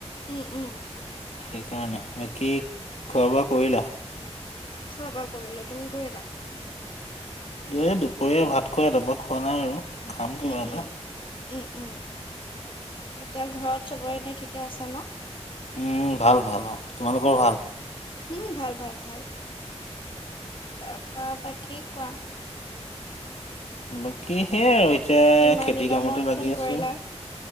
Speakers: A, on the left (about 50°); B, on the left (about 75°).
A: উম, উম।
B: সেইকাৰণে বাকী খোৱা বোৱা কৰিলা?
A: খোৱা বোৱা কৰিলোঁ, তুমি কৰিলা?
B: এই দুপৰীয়া ভাত খোৱা, তাপা খোৱা নাই আৰু। খাম কিবা
A: উম,
B: এটা
A: উম, উম, উম। তেওঁ ঘৰত চবৰে এনে ঠিকে আছে ন?
B: উম, ভাল, ভাল অ', তোমালোকৰ ভাল?
A: উম, ভাল ভাল ভাল, তাৰপা বাকী কোৱা।
B: বাকী সেইয়াই আৰু এতিয়া
A: ইমান
B: খেতি
A: দিনৰ
B: কামতে
A: মূৰত
B: লাগি
A: ফোন কৰিলা।
B: আছো।